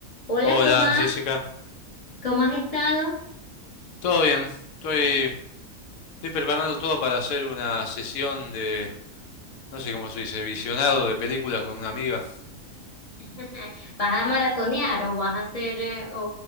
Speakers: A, on the left; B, on the left.
A: Hola
B: Hola,
A: Tomás,
B: Jessica.
A: ¿cómo has estado?
B: ¿Todo bien? Estoy, estoy preparando todo para hacer una sesión de, no sé cómo se dice, visionado de películas con una amiga.
A: <laughs> ¿Vas a maratonear o vas a hacer eh, o,